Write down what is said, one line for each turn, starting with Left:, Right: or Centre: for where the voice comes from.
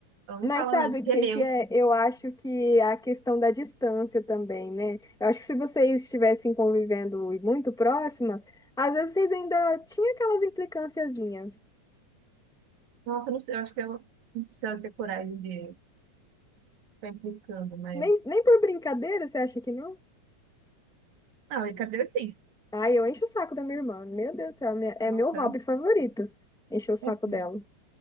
Right: ela não
Centre: Mas
Right: fala,
Centre: sabe
Right: não, isso
Centre: o
Right: aqui
Centre: que
Right: é meu.
Centre: que é? Eu acho que a questão da distância também, né? Eu acho que se vocês estivessem convivendo muito próxima, às vezes vocês ainda tinham aquelas implicânciazinhas.
Right: Nossa, eu não sei, eu acho que ela não precisa ter coragem de ficar implicando, mas.
Centre: Nem, nem por brincadeira, você acha que não?
Right: Não, brincadeira sim.
Centre: Ai, eu encho o saco da minha irmã. Meu Deus do céu, minha- é
Right: Nossa,
Centre: meu hobby
Right: antes,
Centre: favorito. Encher o saco
Right: é assim,
Centre: dela.
Right: tipo,